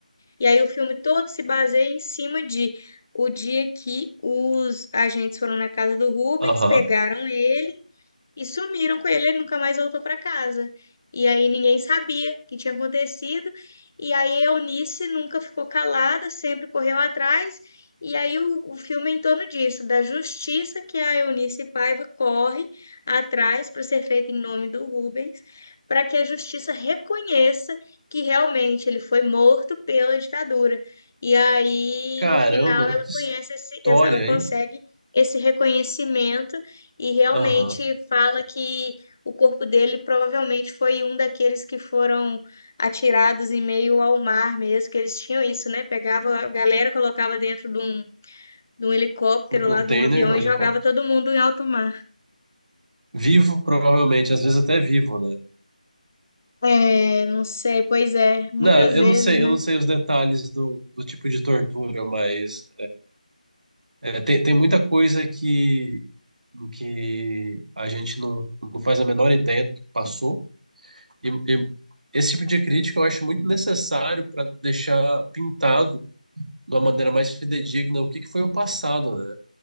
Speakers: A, on the left; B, on the right.
A: E aí o filme todo se baseia em cima de o dia que os agentes foram na casa do Rubens,
B: Aham.
A: pegaram ele e sumiram com ele, ele nunca mais voltou para casa. E aí ninguém sabia o que tinha acontecido, e aí a Eunice nunca ficou calada, sempre correu atrás, e aí o, o filme é em torno disso, da justiça que a Eunice Paiva corre atrás para ser feita em nome do Rubens, para que a justiça reconheça que realmente ele foi morto pela ditadura. E aí,
B: Caramba,
A: no final, ela
B: que história,
A: conhece esse, ela consegue
B: hein?
A: esse reconhecimento e realmente
B: Aham.
A: fala que o corpo dele provavelmente foi um daqueles que foram atirados em meio ao mar mesmo, que eles tinham isso, né? Pegava a galera, colocava dentro de um, de um helicóptero
B: Do container
A: lá, de um avião
B: ou
A: e
B: helicóptero?
A: jogava todo mundo em alto mar.
B: Vivo, provavelmente, às vezes até vivo, né?
A: É, não sei, pois é, muitas
B: Não, eu
A: vezes,
B: não sei,
A: né?
B: eu não sei os detalhes do, do tipo de tortura, mas é, tem, tem muita coisa que, que a gente não, não faz a menor ideia do que passou. E, e esse tipo de crítica eu acho muito necessário para deixar pintado de uma maneira mais fidedigna o que que foi o passado, né?